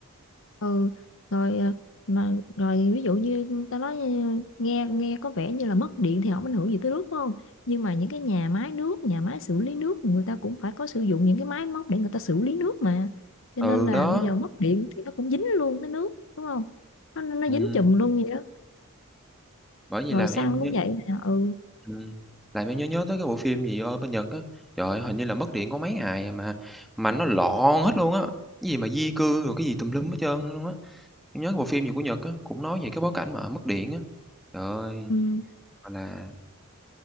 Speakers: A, on the left; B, in the centre.
A: ừ rồi ờ, mà rồi ví dụ như ta nói như- nghe nghe có vẻ như là mất điện thì không ảnh hưởng gì tới nước đúng không nhưng mà những cái nhà máy nước nhà máy xử lý nước người ta cũng phải có sử dụng những cái máy móc để người ta xử lý nước mà cho
B: Ừ,
A: nên là
B: đó,
A: bây giờ mất điện thì nó cũng dính luôn tới nước đúng không nó, nó
B: ừm,
A: dính chùm luôn vậy đó
B: bởi vì
A: rồi
B: làm
A: xăng
B: em
A: cũng
B: nhớ
A: vậy nè ừ
B: ừm, làm em nhớ nhớ tới cái bộ phim gì, ở bên Nhật á, trời ơi, hình như là mất điện có mấy ngày à mà mà nó loạn hết luôn á, cái gì mà di cư rồi cái gì tùm lum hết trơn luôn á. Em nhớ cái bộ phim gì của Nhật á, cũng nói về cái bối cảnh mà mất điện á. Trời ơi,
A: ừ
B: gọi là